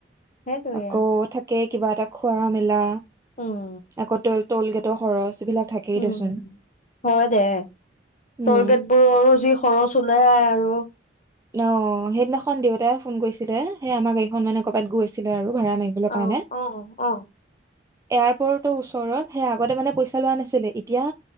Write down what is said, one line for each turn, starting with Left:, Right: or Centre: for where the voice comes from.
Left: সেইটোয়ে
Right: আকৌ থা কে কিবা এটা খোৱা মেলা,
Left: উম
Right: আকৌটল টলগেটৰ খৰচ। এইবিলাক থাকেই
Left: উম
Right: দেচোন
Left: হয় দে
Right: উম
Left: টোগেট বোৰৰো যি খৰচ ওলাই আৰু
Right: অ', সেইদিনাখন দেউতাই ফোন কৰিছিলে সেই আমাৰ গাড়ীখন মানে ক'বাত গৈ আছিলে আৰু- ভাড়া মাৰিবলৈ কাৰণে
Left: অ', অ', অ'।
Right: এয়াৰপৰ্টৰ ওচৰত সেই আগতে মানে পইচা লোৱা নাছিলে এতিয়া